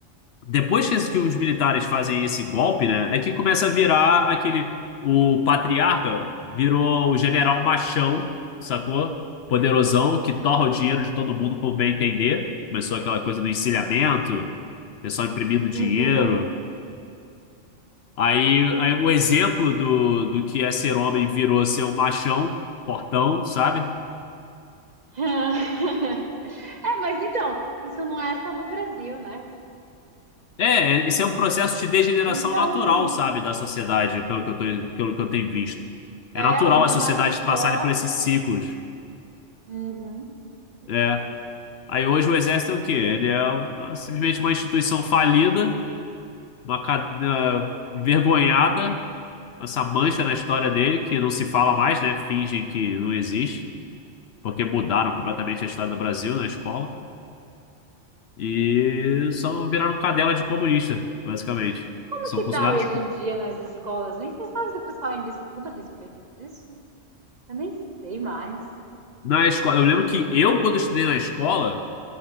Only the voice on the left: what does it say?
Depois que, esse- que os militares fazem esse golpe, né, é que começa a virar aquele. O patriarca virou o general machão, sacou? Poderosão, que torra o dinheiro de todo mundo como bem entender. Começou aquela coisa do encilhamento, pessoal imprimindo dinheiro.
Aí, aí um exemplo do, do que é ser homem virou ser um machão, portão, sabe?
É, esse é um processo de degeneração
natural,
sabe, da sociedade, pelo que eu tô, pelo que eu tenho visto. É
natural
as sociedades
passarem
por esses ciclos.
É. Aí hoje o exército é o quê? Ele é uma- simplesmente uma instituição falida, uma ca- eh, envergonhada, essa mancha na história dele, que não se fala mais, né? Fingem que não existe, porque mudaram completamente a história do Brasil na escola. E só viraram cadela de comunista, basicamente.
São
funcionários.
Na escola, eu lembro que
eu, quando estudei na escola,